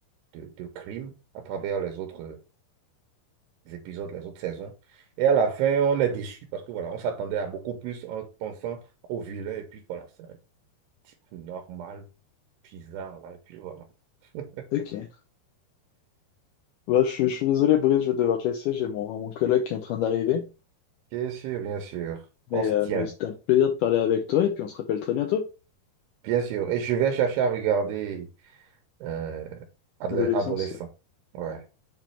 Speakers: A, on the right; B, on the left.
A: de, de crime à travers les autres épisodes, les autres saisons. Et à la fin, on est déçu parce que voilà, on s'attendait à beaucoup plus en pensant au vilain. Et puis voilà, c'est un type normal bizarre là. Et puis voilà. <laughs>
B: ok. Bah, je, suis je suis désolé, Brice, je vais devoir te laisser. J'ai mon, mon collègue qui est en train d'arriver.
A: Bien sûr, bien sûr.
B: Mais,
A: On se
B: euh,
A: tient.
B: mais c'était un plaisir de parler avec toi, et puis on se rappelle très bientôt.
A: Bien sûr. Et je vais chercher à regarder euh, Adole-
B: Adolescence,
A: Adolescent.
B: ouais.
A: Ouais.